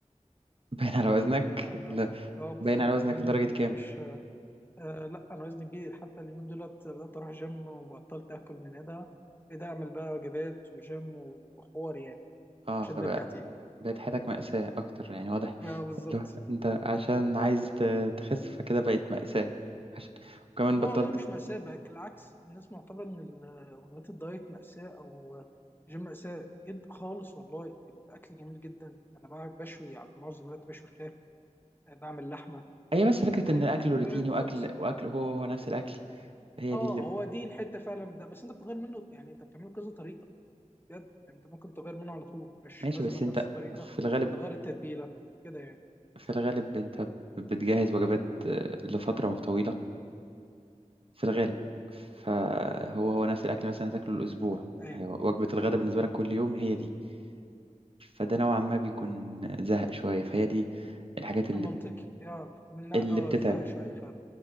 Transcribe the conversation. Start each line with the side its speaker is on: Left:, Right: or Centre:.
Right: <laughs> باين على وزنك
Left: ده- ده-
Right: لا
Left: اه بالظبط
Right: باين على وزنك
Left: انا وزني
Right: لدرجة
Left: كبير
Right: كام
Left: مش آه لا انا وزني كبير حتى اليومين دولت بدات اروح جيم وبطلت اكل من ايدها ايدها اعمل بقى وجبات وجيم وحوار يعني
Right: اه
Left: عشان
Right: فبقى
Left: نرجع تاني
Right: بقت حياتك مأساة اكتر يعني واضح
Left: اه بالظبط
Right: لو انت عشان عايز ت- تخس فكده بقت مأساة عشان وكمان
Left: لا
Right: بطلت
Left: والله مش مأساة بقى بالعكس الناس معتبرة ان ال- وجبات الدايت مأساة او جيم مأساة جد خالص والله الاكل جميل جدا انا بقى بشوي على معظم الوقت بشوي فراخ آه، بعمل لحمة
Right: هي بس فكرة
Left: آه،
Right: ان الاكل روتيني
Left: ب- بالظبط
Right: واكل واكل هو هو نفس الاكل هي
Left: اه
Right: دي اللي ب-
Left: هو دي الحتة فعلا بتاع بس انت بتغير منه يعني انت بتعمله كذا طريقة بجد انت ممكن تغير منه على طول مش
Right: ماشي
Left: لازم
Right: بس
Left: نفس
Right: انت
Left: الطريقه
Right: في الغالب
Left: وتغير التتبيله كده يعني
Right: في الغالب انت بتجهز وجبات آه، لفترة طويلة في الغالب فهو هو نفس الأكل مثلا هتاكله الأسبوع
Left: ايوه
Right: هي وجبة الغداء بالنسبة لك كل يوم هي دي فده نوعا ما بيكون زهق شوية فهي دي الحاجات اللي
Left: آه، منطقي يا من اه
Right: اللي بتتعب
Left: زهق شويه فعلا